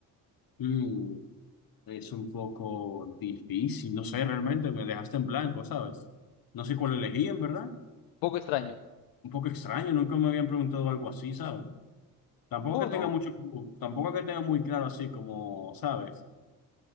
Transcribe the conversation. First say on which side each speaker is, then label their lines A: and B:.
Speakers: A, on the left; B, on the left.
A: mm, es un poco difícil. No sé, realmente me dejaste en blanco, ¿sabes? No sé cuál elegí, en verdad.
B: poco extraño.
A: Un poco extraño, nunca me habían preguntado algo así, ¿sabes? Tampoco
B: Oh,
A: que
B: no.
A: tenga mucho, tampoco que tenga muy claro así como, ¿sabes?